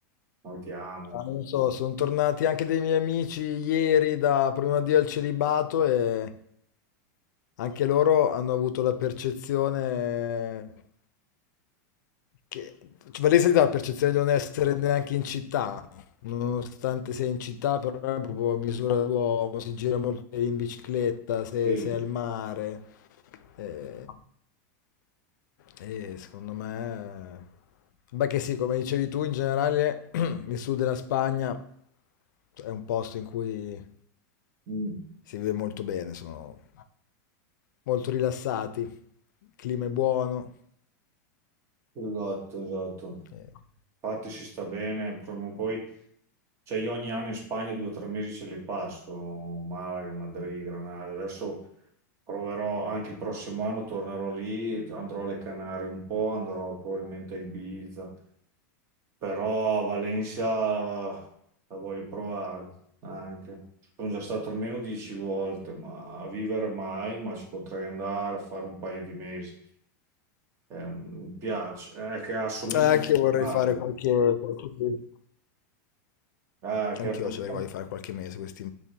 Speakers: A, on the right (about 30°); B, on the left (about 80°).
A: Noi ti amo.
B: ah, non so, sono tornati anche dei miei amici ieri da prima di al celibato e Anche loro hanno avuto la percezione che cioè, Varese dà la percezione di non essere neanche in città, nonostante sei in città, però è proprio a misura d'uomo, si gira molto in bicicletta, se
A: Sì,
B: sei al mare. eh, e secondo me... Beh che sì, come dicevi tu, in generale <clears throat> il sud della Spagna è un posto in cui
A: Mm,
B: si vive molto bene, sono Molto rilassati, il clima è buono.
A: Esatto, esatto.
B: Ehm,
A: Infatti ci sta bene, prima o poi, cioè io ogni anno in Spagna due o tre mesi ce li passo, Malaga, Madrid, Granada. Adesso proverò anche il prossimo anno, tornerò lì, andrò alle Canarie un po', andrò probabilmente a Ibiza, però a Valencia la, la voglio provare anche. Sono già stato almeno dieci volte, ma a vivere mai, ma ci potrei andare a fare un paio di mesi. Eh, mi piace, eh, che assomiglia
B: anche
A: molto
B: io vorrei
A: a Malaga.
B: fare qualche qualche mese.
A: Eh,
B: Anch'io
A: che assomiglia-
B: ci avrei voglia di fare qualche mese questi